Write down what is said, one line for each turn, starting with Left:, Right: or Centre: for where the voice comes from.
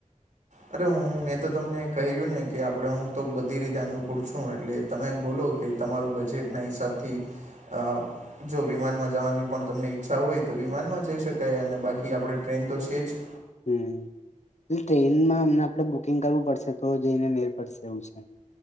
Right: અરે હું મેં તો તમને કહ્યું ને કે આપડે હું તો બધી રીતે અનુકૂળ છું એટલે તમે બોલો કે તમારું બજેટના હિસાબથી અ.... જો વિમાનમાં જવાની પણ તમને ઈચ્છા હોય તો વિમાનમાં જઈ શકાય અને બાકી આપણે ટ્રેન તો છે જ
Left: હમ તો ટ્રેનમાં અમના આપડે બુકિંગ કરવું પડશે તો જઈને મેલ પડશે એવું છે